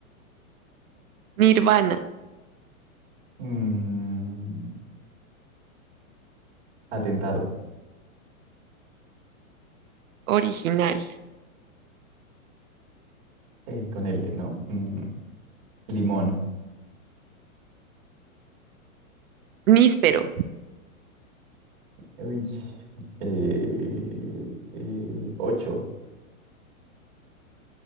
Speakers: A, on the right (about 75°); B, on the right (about 35°).
A: nirvana,
B: mm, atentado,
A: original,
B: eh, con L, ¿no? Mm, limón,
A: níspero,
B: uy, eh, eh, ocho,